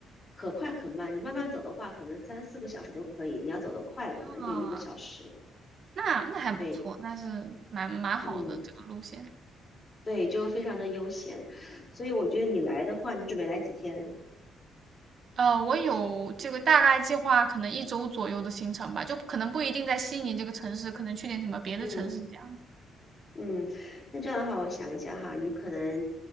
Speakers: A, on the left; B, on the right.
A: 可快可慢。你慢慢走的话，可能三四个小时都可以；你要走得快，可能就一个小时。
B: 啊，那那还不错，
A: 对，
B: 那是蛮蛮好的这个路线。
A: 嗯，对，就非常的悠闲。所以我觉得你来的话，你准备来几天？
B: 呃，我有这个大概计划，可能一周左右的行程吧，就可能不一定在悉尼这个城市，可能去点什么别的城市这样。
A: 嗯。嗯，那这样的话，我想一下哈，你可能